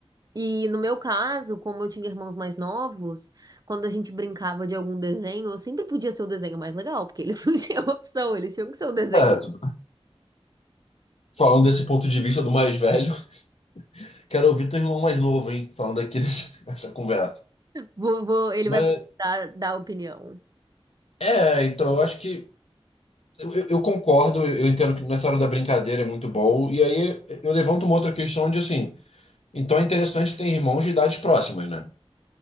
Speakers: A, on the right (about 40°); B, on the left (about 80°).
A: E no meu caso, como eu tinha irmãos mais novos, quando a gente brincava de algum desenho, eu sempre podia ser o desenho mais legal, porque eles <laughs> não tinham opção, eles tinham que ser o desenho.
B: É, tudo Falando desse ponto de vista do mais velho, <laughs> quero ouvir teu irmão mais novo, hein? Falando aqui nessa <laughs> nessa conversa.
A: Vou, vou- ele
B: Mas,
A: vai dar, dar opinião.
B: é, então eu acho que. Eu, eu- eu concordo, eu, eu entendo que nessa hora da brincadeira é muito bom. E aí eu levanto uma outra questão de assim. Então é interessante ter irmãos de idades próximas, né?